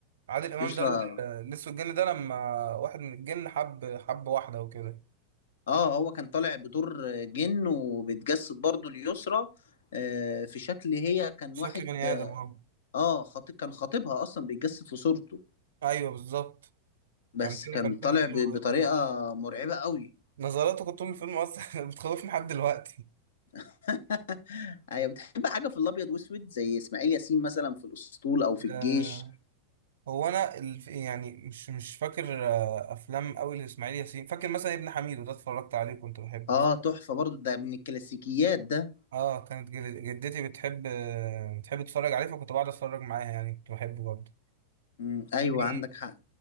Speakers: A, on the right (about 60°); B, on the left (about 60°).
A: عادل امام
B: يسرا
A: ده ال- لسه الجن ده لما واحد من الجن حب حب واحده وكده
B: اه هو كان طالع بدور جن وبيتجسد برضه ليسرا آه في شكل هي كان
A: شكل
B: واحد
A: بني ادم اهو
B: اه خطيب كان خطيبها اصلا بيتجسد في صورته
A: ايوه بالظبط
B: بس
A: كان فيلم
B: كان
A: كان فيلم
B: طالع
A: حلو
B: ب-
A: أوي
B: بطريقه
A: برضه.
B: مرعبه قوي
A: نظراته كنت طول الفيلم اصلا <laughs> بتخوفني لحد دلوقتي
B: <laughs> ايوه بتحب حاجه في الابيض واسود زي اسماعيل ياسين مثلا في الاسطول او في الجيش
A: آه هو انا الف... يعني مش مش فاكر آه افلام قوي لاسماعيل ياسين فاكر مثلا ابن حميد وده اتفرجت عليه كنت بحبه
B: اه تحفه برضه ده من الكلاسيكيات ده
A: اه كانت جد- جدتي بتحب بتحب تتفرج عليه فكنت بقعد اتفرج معاها يعني كنت بحبه برضه
B: مم، ايوه
A: في
B: عندك حق